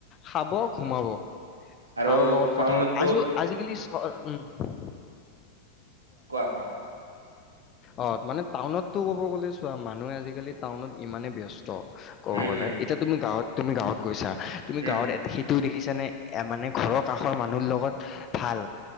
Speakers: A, on the left (about 30°); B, on the right (about 80°).
A: খাব ঘুমাব।
B: আৰু
A: কাৰো লগত
B: টাউনতো
A: কথা প আজি আজিকালি চ উম
B: কোৱা কোৱা।
A: অ মানে টাউনতটো ক'ব গ'লে চোৱা মানুহে আজিকালি টাউনত ইমানে ব্যস্ত ত ক'ব
B: উম
A: গলে
B: উম
A: এতিয়া তুমি গাঁৱত তুমি গাঁৱত গৈছা তুমি
B: উম
A: গাঁৱত এ সেইটো দেখিছানে মানে ঘৰৰ কাষৰ মানুহ লগত ভাল।